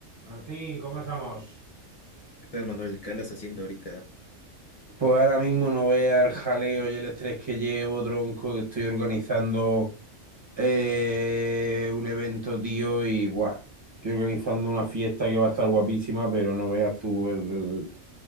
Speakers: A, on the right; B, on the left.
A: Martín, ¿cómo estamos?
B: tal, Manuel? ¿Qué andas haciendo ahorita?
A: Pues ahora mismo no vea el jaleo y el estrés que llevo, tronco, que estoy organizando eh, un evento, tío, y buah, estoy organizando una fiesta que va a estar guapísima, pero no veas tú el, el-